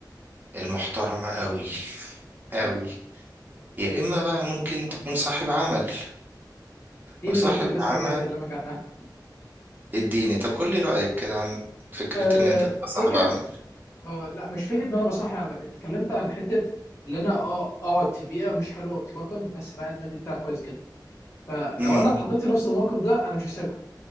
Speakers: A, on the right; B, on the left.
A: المحترمة قوي
B: ايوه
A: قوي
B: أيوه.
A: يا اما بقى
B: عشان
A: ممكن
B: توفر
A: تكون صاحب
B: لك ده
A: عمل
B: دي
A: وصاحب
B: اللي كنت لسه
A: عمل
B: جاي اكلمك عنها
A: اديني طب قول لي رأيك كده عن فكرة
B: آه،
A: ان انت تبقى صاحب
B: فكره
A: عمل
B: آه لا مش فكرة ان انا بصحي عمل انت اتكلمت عن حتة اللي انا اه اقعد في بيئة مش حلوة اطلاقا بس رعاية النادي بتاعي كويس جدا فلو
A: امم
B: انا اتحطيت في نفس الموقف ده انا مش هسيبها